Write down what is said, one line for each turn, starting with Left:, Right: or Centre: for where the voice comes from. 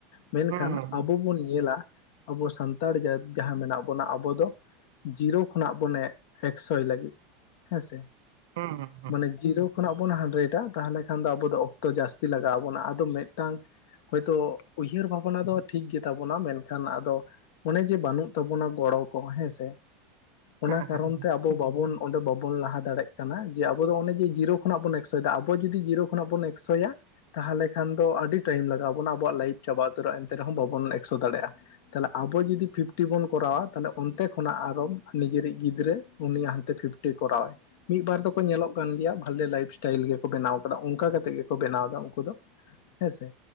Left: ᱢᱮᱱᱠᱷᱟᱱ
Right: ᱦᱩᱸ ᱦᱩᱸ ᱦᱩᱸ
Left: ᱟᱵᱚ ᱵᱚᱱ ᱧᱮᱞᱟᱼᱼ ᱟᱵᱚ ᱥᱟᱱᱛᱟᱲᱟ ᱡᱟᱦᱟᱸ ᱢᱮᱱᱟᱜ ᱵᱚᱱᱟ ᱟᱵᱚ ᱫᱚ ᱡᱤᱨᱳᱠᱼᱼ ᱠᱷᱚᱱᱟᱜ ᱵᱚᱱᱮ ᱮᱠᱥᱚᱭ ᱞᱟᱹᱜᱤᱫ ᱦᱮᱸᱥᱮ,
Right: ᱦᱩᱸ ᱦᱩᱸ ᱦᱩᱸ
Left: ᱢᱟᱱᱮ ᱡᱤᱨᱳᱠᱼᱼ ᱚᱰᱮ ᱠᱷᱚᱱᱟᱜ ᱵᱚᱱ ᱦᱟᱱᱰᱮ ᱮᱲᱟ, ᱛᱟᱦᱚᱞᱮ ᱠᱷᱟᱱ ᱫᱚ ᱟᱵᱚ ᱫᱚ ᱚᱠᱛᱚ ᱡᱟᱹᱥᱛᱤ ᱞᱟᱜᱟᱣ ᱟᱵᱚᱱᱟ ᱾ ᱟᱫᱚ ᱢᱤᱫᱴᱟᱝᱼᱼ ᱦᱚᱭᱛᱚ ᱩᱭᱦᱟᱹᱨ ᱵᱷᱟᱵᱽᱱᱟ ᱫᱚ ᱴᱷᱤᱠ ᱜᱮ ᱛᱟᱵᱚᱱᱟ ᱢᱮᱱᱠᱷᱟᱱ, ᱟᱫᱚᱼᱼ ᱚᱱᱮ ᱡᱮ ᱵᱟᱹᱱᱩᱜ ᱛᱟᱵᱚᱱᱟ ᱜᱚᱲᱚ ᱠᱚ ᱦᱮᱸ ᱥᱮ, ᱚᱱᱟ
Right: ᱦᱮᱸ
Left: ᱠᱟᱨᱚᱱ
Right: ᱦᱮᱸ
Left: ᱛᱮ ᱟᱵᱚᱼᱼ ᱵᱟᱵᱚᱱ ᱚᱸᱰᱮ ᱵᱟᱵᱚᱱ ᱞᱟᱦᱟ ᱫᱟᱲᱮᱭᱟᱜ ᱠᱟᱱᱟ ᱾ ᱡᱮ ᱟᱵᱚ ᱫᱚ ᱚᱱᱮ ᱡᱮ ᱡᱤᱨᱳ ᱠᱷᱚᱱᱟᱜ ᱵᱚᱱ ᱮᱠᱥᱚᱭᱮᱫᱟ ᱟᱵᱚ ᱡᱩᱫᱤ ᱡᱤᱨᱳ ᱠᱷᱚᱱᱟᱜ ᱵᱚᱱᱼᱼ ᱮᱠ ᱥᱚᱭᱟᱼᱼ ᱛᱟᱦᱚᱞᱮ ᱠᱷᱟᱱ ᱫᱚ ᱟᱹᱰᱤ ᱴᱟᱭᱤᱢ ᱞᱟᱜᱟᱣ ᱵᱚᱱᱟ ᱟᱵᱚᱣᱟᱜ ᱞᱟᱭᱤᱯᱷ ᱪᱟᱵᱟ ᱩᱛᱟᱹᱨᱚᱜᱼᱟ, ᱮᱱᱛᱮ ᱨᱮᱦᱚᱸ ᱵᱟᱵᱚᱱ ᱮᱠᱥᱚ ᱫᱟᱲᱮᱭᱟᱜᱼᱟ ᱾ ᱛᱟᱦᱚᱞᱮ ᱟᱵᱚ ᱡᱩᱫᱤ ᱯᱷᱤᱯᱴᱤ ᱵᱚᱱ ᱠᱚᱨᱟᱣᱟ, ᱛᱟᱦᱚᱞᱮ ᱚᱱᱛᱮ ᱠᱷᱚᱱᱟᱜ ᱟᱨᱚᱼᱼ ᱱᱤᱡᱮᱨᱤᱡ ᱜᱤᱫᱽᱨᱟᱹ ᱩᱱᱤᱭ ᱦᱟᱱᱛᱮ ᱯᱷᱤᱯᱴᱤᱭ ᱠᱚᱨᱟᱣᱟᱭ ᱾ ᱢᱤᱫ ᱵᱟᱨ ᱫᱚᱠᱚ ᱧᱮᱞᱚᱜ ᱠᱟᱱ ᱜᱮᱭᱟ, ᱵᱷᱟᱞᱮ ᱞᱟᱭᱤᱯᱷ ᱥᱴᱟᱭᱤᱞ ᱜᱮᱠᱚ ᱵᱮᱱᱟᱣ ᱠᱟᱫᱟ ᱚᱱᱠᱟ ᱠᱟᱛᱮ ᱜᱮ ᱾ ᱠᱚ ᱵᱮᱱᱟᱣ ᱮᱫᱟ ᱩᱱᱠᱩ ᱫᱚ ᱦᱮᱸ ᱥᱮ,